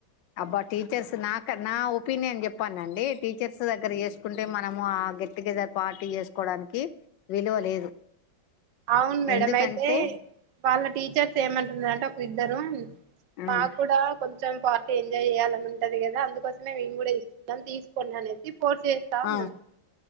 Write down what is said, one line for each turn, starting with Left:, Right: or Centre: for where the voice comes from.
Left: అబ్బా టీచర్స్ నాక నా ఒపీనియన్ చెప్పానండి టీచర్స్ దగ్గర చేసుకుంటే మనము ఆ ఆ గెట్టుగెదర్ పార్టీ చేసుకోవడానికి విలువ లేదు
Right: అవును మేడం
Left: ఎందుకంటే
Right: అయితే వాళ్ళ టీచర్స్ ఏమంటుందంటే ఒక ఇద్దరు
Left: ఉమ్,
Right: మాకు కూడా కొం కొంచెం పార్టీ ఎంజాయ్ చేయాలని ఉంటది కదా అందుకోసమే మేము కూడా ఇస్తున్నాం తీసుకోండి అనేసి కోర్ చేస్తా
Left: ఆ
Right: ఉన్నాను